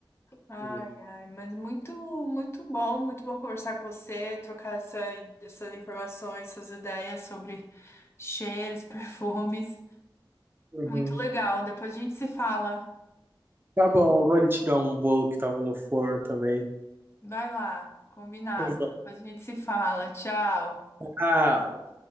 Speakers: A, on the left; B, on the right.
A: Ai,
B: é.
A: ai, mas muito, muito bom, muito bom conversar com você, trocar essa, essas informações, essas ideias sobre cheiros, <laughs> perfumes.
B: Uhum.
A: Muito legal. Depois a gente se fala.
B: Tá bom, vale tirar um bolo que tava no forno também.
A: Vai lá, combinado.
B: Uhum.
A: Depois a gente se fala. Tchau.
B: Tchau.